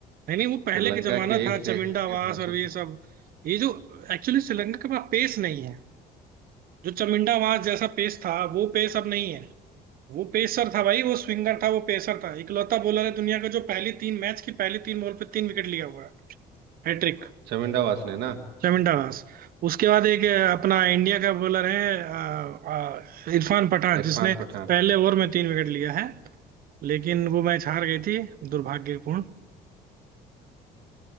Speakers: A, on the right (about 60°); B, on the right (about 75°).
A: नहीं नहीं
B: श्रीलंका
A: वो पहले का जमाना
B: के
A: था
B: एक से
A: चमिंडावास
B: एक धांसू
A: और ये सब ये जो एक्चुअली श्रीलंका के पास पेस नहीं है जो चमिंडावास जैसा पेस था वो पेस अब नहीं है वो पेसर था भाई वो स्विंगर था वो पेसर था इकलौता बॉलर है दुनिया का जो पहली तीन मैच की पहली तीन बॉल पे तीन विकेट लिया हुआ है हैट्रिक
B: शर्मिंदा वासने ना
A: चमिंडावास उसके बाद एक अ, अपना इंडिया का बॉलर है अ, अ, इरफान पठान
B: इरफान
A: जिसने
B: पठान
A: पहले ओवर में तीन विकेट लिया है लेकिन वो मैच हार गई थी दुर्भाग्यपूर्ण